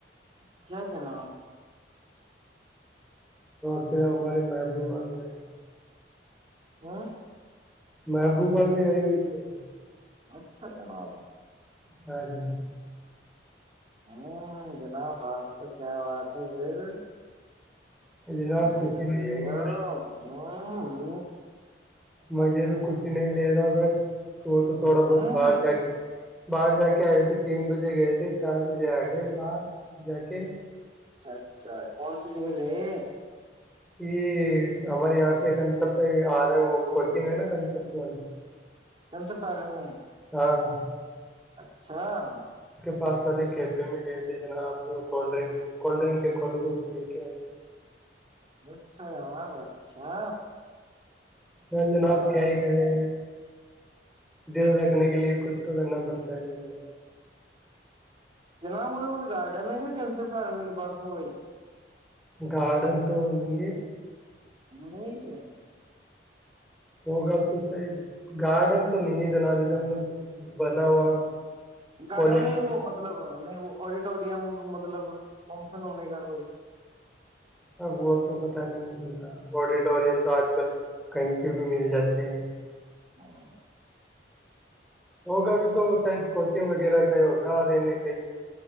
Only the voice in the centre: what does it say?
اور پھر ہماریے محبوبہ بھی آئی
محبوبہ بھی آئی ہوئی کیا ب
ہاں ج
جناب
کچھ نہیں
مجزے تو کچھ نہیں لے رہا بس تو وہ تو تھوڑا بہت
باہر
جا کے باہر جا کے آئے تھے تین بجے گئے تھے چار بجے آ گئے باہر جا کے
یہ ہمارے یہاں پہ کنسپٹ ہے آ رہا وہ کوچنگ ہے نا کنسپٹ وال
ہاں
پارسل کیفے میں گئے تھے ج نا آپ جو کولڈ ڈن کولڈ ڈرنک کے کھ کو بھی پی کے آئے
ہاں جناب
کیا ہی کرے
دیر رکھنے کے لیے کچھ تو کرنا پڑتا ہے ن جو نا
گارڈن تو نہیں ہے
ہوگا تو صحی گارڈن تو نہیں ہے جناب ا دھر مطب کچھ بنا ہوا
کالج
اب وہ تو پت نہیں ہےنا آڈیٹوریم تو آج کل کہیں پہ بھی ملے جاتے ہیں
ہوگا ابھی تو شاید کوچنگ وغیرہ کا ہوگا رہنے کائی